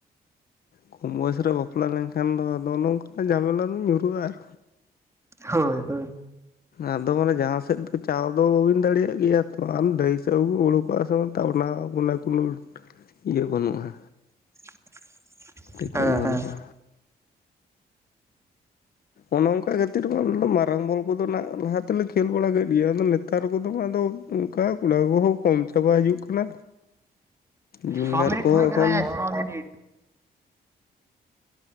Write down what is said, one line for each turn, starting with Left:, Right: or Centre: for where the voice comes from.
Left: ᱠᱚᱢ ᱵᱚᱭᱮᱥ ᱨᱮ ᱵᱟᱯᱞᱟ ᱞᱮᱱᱴᱝᱠᱷᱟᱱ ᱫᱚ ᱟᱫᱚ ᱚᱱᱝᱼᱼ ᱡᱷᱟ ᱢᱮᱞᱟ ᱨᱮᱢ ᱧᱩᱨᱩᱦᱩᱜᱼᱟ ᱟᱨᱼᱼ
Right: ᱦᱳᱭ ᱦᱳᱭ
Left: ᱟᱫᱚ ᱢᱟᱱᱮ ᱡᱟᱦᱟᱸ ᱥᱮᱫ ᱫᱚ ᱪᱟᱞᱥ ᱫᱚ ᱵᱟᱹᱵᱤᱱ ᱫᱟᱲᱮᱭᱟᱜ ᱜᱮᱭᱟ ᱛᱚ ᱟᱞ ᱰᱟᱹᱦᱤ ᱥᱮᱜ ᱦᱚᱸ ᱩᱲᱩᱠᱼᱼ ᱵᱚᱭᱮᱥ ᱢᱮᱱᱛᱟ ᱚᱱᱟ ᱢᱟᱱᱮ ᱠᱳᱱᱳ ᱤᱭᱟᱹ ᱵᱟᱹᱱᱩᱜᱼᱟ᱾
Right: <inaudible>
Left: ᱴᱤᱠᱟᱹᱱ ᱵᱟᱹᱱᱩᱜᱼᱟ᱾
Right: ᱦᱮᱸ
Left: ᱚᱱᱚᱼᱚᱝᱠᱟ ᱡᱷᱟᱹᱛᱤᱨ ᱢᱟ ᱟᱞᱮ ᱫᱚ ᱢᱟᱨᱟᱝ ᱵᱚᱞ ᱠᱚᱫᱚ ᱱᱟᱜ ᱞᱟᱦᱟ ᱛᱮᱞᱮ ᱠᱷᱮᱞ ᱵᱟᱲᱟ ᱠᱮᱫ ᱜᱮᱭᱟ ᱟᱫᱚ ᱱᱮᱛᱟᱨ ᱠᱚᱫᱚ ᱢᱟ ᱟᱫᱚᱼᱼ ᱚᱝᱠᱟ ᱠᱚᱲᱟ ᱠᱚᱦᱚᱸ ᱠᱚᱢ ᱪᱟᱵᱟ ᱦᱤᱡᱩᱜ ᱠᱟᱱᱟ᱾ ᱡᱩᱱᱤᱭᱟᱨ
Right: ᱪᱷᱚ ᱢᱤᱱᱤᱴ
Left: ᱠᱚᱦᱚᱸ
Right: ᱦᱩᱭ ᱟᱠᱟᱱᱟ
Left: ᱮᱠᱷᱚᱱ
Right: ᱭᱟ ᱪᱷᱚ ᱢᱤᱱᱤᱴ